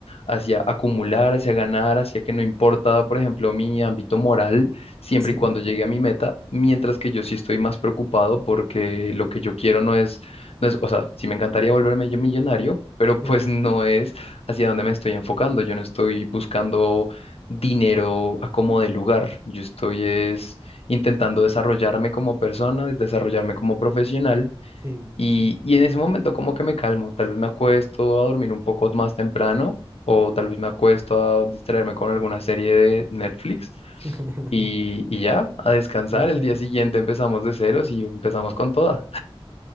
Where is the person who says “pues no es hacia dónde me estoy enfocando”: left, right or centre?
Left